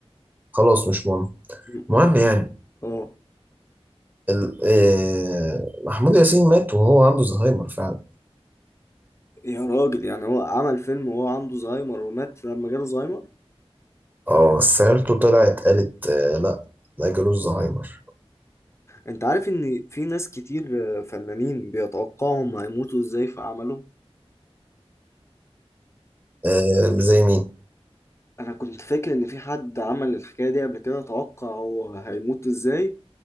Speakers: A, on the right; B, on the left.
A: خلاص مش مهم
B: م-
A: المهم يعني
B: اه
A: ال- آه، محمود ياسين مات وهو عنده زهايمر فعلا
B: يا راجل يعني هو عمل فيلم وهو عنده زهايمر ومات لما جاله زهايمر
A: اه بس عيلته طلعت قالت آه، لا ما جالوش زهايمر
B: انت عارف ان في ناس كتير آه، فنانين بيتوقعهم هيموتوا ازاي في اعمالهم
A: آه، زي مين
B: انا كنت فاكر ان في حد عمل الحكاية دي قبل كده توقع هو هيموت ازاي